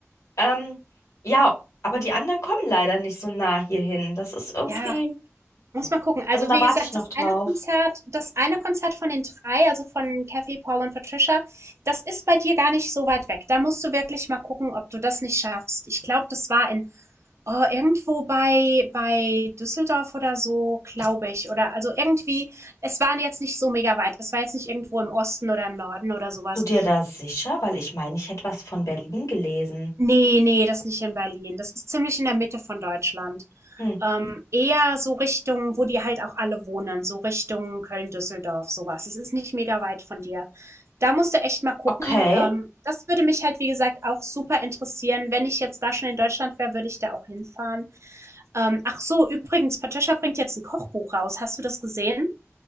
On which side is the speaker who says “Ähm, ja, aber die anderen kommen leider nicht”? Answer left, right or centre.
Left